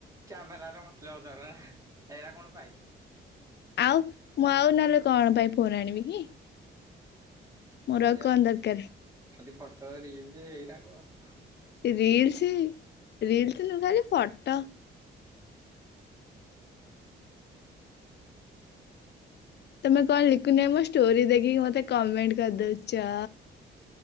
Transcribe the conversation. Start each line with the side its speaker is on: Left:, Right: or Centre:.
Right: କ୍ୟାମେରାରେ ମତଲବ ତା <unintelligible> ନା ହେରା କଣ ପାଇବୁ।
Left: ଆଉ ମୁଁ ଆଉ ନହେଲେ କଣ ପାଇଁ ଫୋନ ଆଣିବି କି? ମୋର
Right: ସେଇଆ।
Left: ଆଉ କଣ ଦରକାରେ।
Right: ଖାଲି ଫଟ ରିଲସ ଏଇରାକ ଆଉ।
Left: ରୀଲ୍ସ ରୀଲ୍ସ ନୁ ଖାଲି ଫଟ। ତମେ କଣ ଲିକୁନ ଭାଇ ମୋ ଷ୍ଟୋରି ଦେଖିକି ମତେ କମେଣ୍ଟ କରିଦଉଚ।